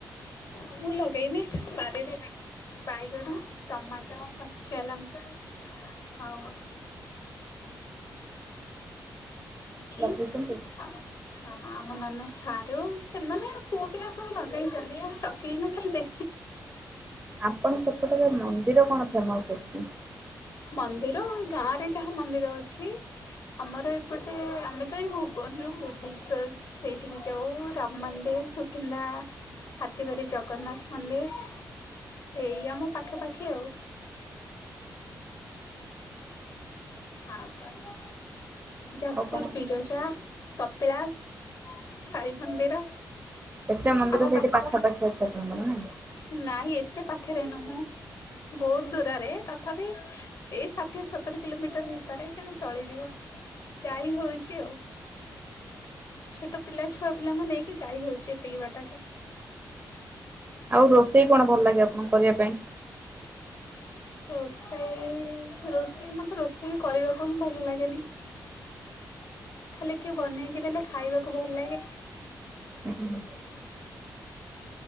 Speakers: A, on the left (about 45°); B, on the right (about 25°).
A: ଆ ମୁଁ ଲେଇନି ବାରିରେ ସାଗ ବାଇଗଣ ଟମାଟୋ କଚା ଲଙ୍କା ଆଉ <inaudible> ଭିଣ୍ଡି
B: ଲଗେଇଛନ୍ତି?
A: ଆଉ ହଁ ଆମ ନାନା ସାରୁ ସେମାନେ ପୁଅ ପିଲା ସବୁ ଲଗେଇଛନ୍ତି ଆଉ ଚକି ନ ଖାନ୍ତେ
B: ଆପଣ ସେପଟରେ ମନ୍ଦିର କଣ ଫେମସ ଅଛି?
A: ମନ୍ଦିର ଏ ଗାଁ ରେ ଯାହା ମନ୍ଦିର ଅଛି ଆମାର ଏ ଏପଟେ ଆମେ ତ ଏଇ ଭୁବନରୁ ବୁଦ୍ଧେଶ୍ୱଵର ସେଇଠିକି ଯାଉ ରାମ ମନ୍ଦିର, ସୁକିନ୍ଦା ହାତୀ ଭାର ଜଗନ୍ନାଥ ମନ୍ଦିର ଏଇ ଆମ ପାଖାପାଖି ଆଉ। ଆଉ କଣ ଯାଜପୁର
B: ଆଉ କଣ
A: ବିର - ପଜା ନ୍ତ୍ତୁ ରକ କପିଳାସ ସାଇ ମନ୍ଦିର।
B: ଏତେ ମନ୍ଦିର
A: ଆମ
B: ସେଇଠି
A: ପାଖା
B: ପାଖାପାଖି
A: ପାଖିରେ
B: ଅଛି ଆପଣଙ୍କର ନାଇଇଁମନ ଫିଟ୍
A: ନାଇଁ ଏତେ ପାଖରେ ନୁହଁ ବହୁତ ଦୂରରେ ତଥାପି ସେଇ ଠିଏ ସତର କିଲୋମିଟର ଭିତରେ ତମେ ଚଳିଯିବ ଯାଇ ହଉଛି ଆଉ। ଛୋଟ ପିଲା ଛୁଆ ପିଲାଙ୍କୁ ନେଇକି ଯାଇ ହଉଛି ଏତିକି ବାଟରେ।
B: ଆଉ ରୋଷେଇ କଣ ଭଲ ଲାଗେ ଆପଣଙ୍କୁ କରିବା ପାଇଁ।
A: ରୋଷେଇ ରୋଷେଇ ମତେ ରୋଷେଇ କରିବାକୁ ହିଁ ଭଲ ଲାଗେନି। ଖାଲି କିଏ ବନେଇକି ଦେଲେ ଖାଇବାକୁ ଭଲ ଲାଗେ।
B: <inaudible>